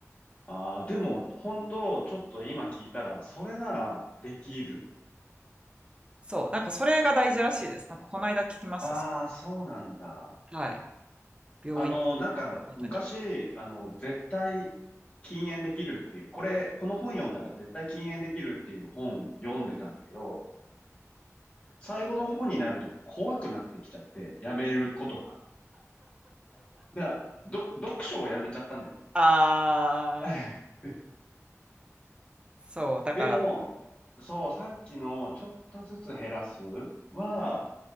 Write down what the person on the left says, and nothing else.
ああ、でも、本当ちょっと今聞いたら、それならできる。
ああ、そうなんだ。
あの、なんか、
昔、あの、絶対禁煙できるっていう、これ、この本読んだら絶対禁煙できるっていう本読んでたんだけど、最後の方になると怖くなってきちゃって、やめることが。だど、読書をやめちゃったんだよね
<laughs>
でも、そう、さっきのちょっとずつ減らすは、